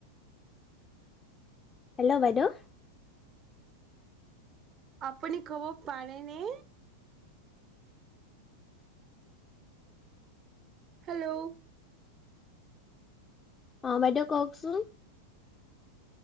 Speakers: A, on the left (about 20°); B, on the right (about 30°).
A: হেল্ল' বাইদেউ?
B: আপুনি কব পাৰে নে হেল্ল'?
A: অ' বাইদেউ কওঁকচোন?